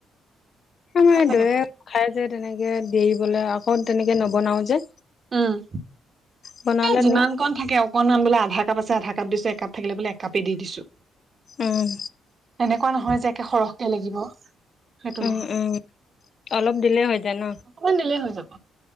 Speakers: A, on the left; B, on the right.
A: মে
B: ভাল লাগে
A: দয়ে খাই যে, তেনেকে দিৰি বলে আকৌ তেনেকে নবনাও যে
B: উম,
A: বনালে
B: এ যিমান কণ থাকে, অকনমান বোলে আধা কাপ আছে, আধা কাপ দিছো, একাপ থাকিলে বোলে একাপেই দি দিছো
A: উম,
B: এনেকুৱা নহয় যে, একে সৰহকে লাগিব সেইটো
A: উম,
B: নহয়
A: উম, অলপ দিলেই হৈ যায় ন
B: অকমান দিলেই হৈ যাব।